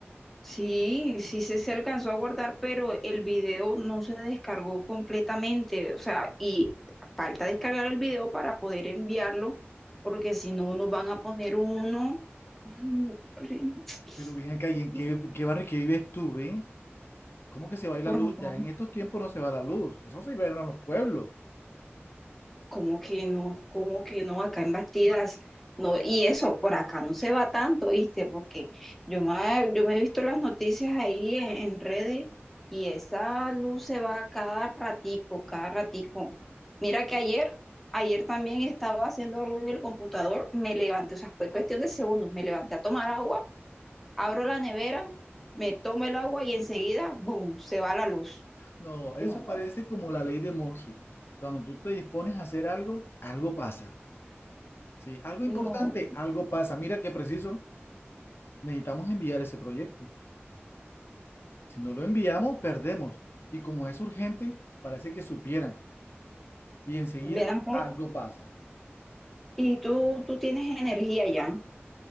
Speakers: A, in the centre; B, on the left.
A: Sí, sí se, se alcanzó a guardar, pero el video no se descargó completamente, o sea, y falta descargar el video para poder enviarlo, porque si no nos van a poner uno ay, no, <tsk>
B: Pero bien acá, ¿y en
A: no,
B: qué, qué barrio que vives tú, ven? ¿Cómo que se va a ir
A: por
B: la luz?
A: acá.
B: Ya en estos tiempos no se va la luz. Eso se iba a ir a los pueblos.
A: ¿Cómo que no? ¿Cómo que no? Acá en Bastidas, no, y eso, por acá no se va tanto, ¿viste? Porque yo me, yo me he visto las noticias ahí en, en redes y esa luz se va cada ratico, cada ratico. Mira que ayer, ayer también estaba haciendo algo en el computador, me levanté, o sea, fue cuestión de segundos, me levanté a tomar agua, abro la nevera, me tomo el agua y enseguida, ¡boom!, se va la luz.
B: No,
A: No,
B: eso parece como la ley de Murphy. Cuando tú te dispones a hacer algo, algo pasa. Sí, algo importante,
A: no,
B: algo pasa. Mira qué preciso, necesitamos enviar ese proyecto. Si no lo enviamos, perdemos. Y como es urgente, parece que supieran. Y enseguida
A: ven acá
B: algo pasa.
A: Y tú, tú tienes energía ya.